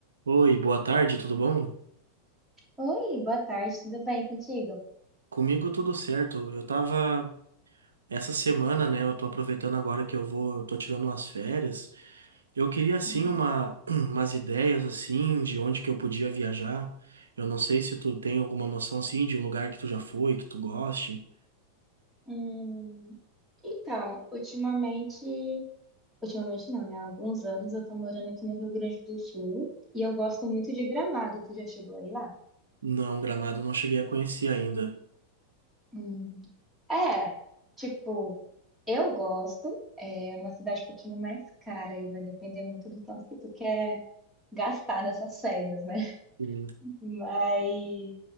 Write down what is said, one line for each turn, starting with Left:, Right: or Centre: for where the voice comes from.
Right: Oi, boa tarde, tudo bom?
Centre: Oi, boa tarde, tudo bem contigo?
Right: Comigo tudo certo. Eu tava essa semana, né? Eu tô aproveitando agora que eu vou, eu tô tirando umas férias. Eu queria assim
Centre: Hum.
Right: uma <clears throat> umas ideias assim de onde que eu podia viajar. Eu não sei se tu tem alguma noção assim de um lugar que tu já foi, que tu goste.
Centre: Hum, Então, ultimamente, ultimamente não, né? Há alguns anos eu tô morando aqui no Rio Grande do Sul e eu gosto muito de Gramado. Tu já chegou aí lá?
Right: Não, Gramado eu não cheguei a conhecer ainda.
Centre: Hum, É, tipo, eu gosto. É uma cidade um pouquinho mais cara e vai depender muito do tanto que tu quer gastar nessas férias, né?
Right: Hum.
Centre: <laughs> Mas